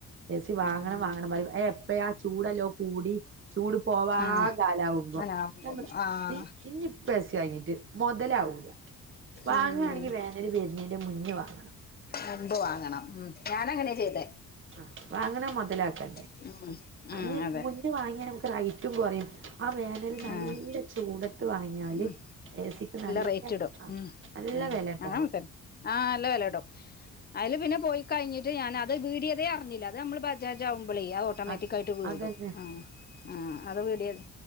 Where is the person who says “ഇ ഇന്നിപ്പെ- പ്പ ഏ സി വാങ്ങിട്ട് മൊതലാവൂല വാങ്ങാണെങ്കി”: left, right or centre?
Right